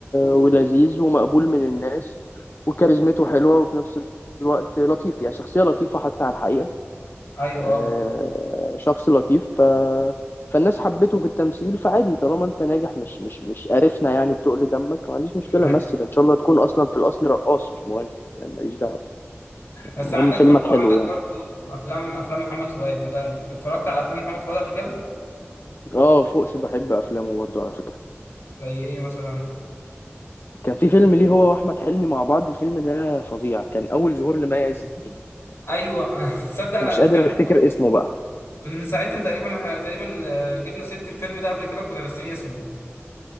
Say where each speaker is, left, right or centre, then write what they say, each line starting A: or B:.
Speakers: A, on the left (about 50°); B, on the left (about 80°).
A: ولذيذ ومقبول من الناس وكاريزمته حلوة وفي نفس الوقت لطيف يعني شخصية لطيفة حتى على الحقيقة
B: ايوه
A: آه،
B: اه بس
A: شخص لطيف ف... فالناس حبته في التمثيل فعادي طالما انت ناجح مش مش مش قرفنا يعني بتقل دمك ما عنديش مشكلة
B: <laughs>
A: مثل ان شاء الله تكون اصلا في الاصل رقاص مش مغني يعني ماليش دعوة
B: بس
A: المهم
B: عندك
A: فيلمك
B: برضو
A: حلو
B: عندك
A: يعني
B: برضو افلام افلام محمد فؤاد انت اتفرجت على افلام محمد فؤاد قبل كده
A: اه فوقش بحب افلامه برضه على فكرة
B: زي ايه مثلا
A: كان في فيلم ليه هو واحمد حلمي مع بعض الفيلم ده فظيع كان اول ظهور لمي عز الدين
B: ايوه <laughs> تصدق انا
A: مش
B: الفيلم
A: قادر افتكر اسمه بقى
B: من ساعتها تقريبا احنا تقريبا آه، جبنا سيره الفيلم ده قبل كده كنا ناسيين اسمه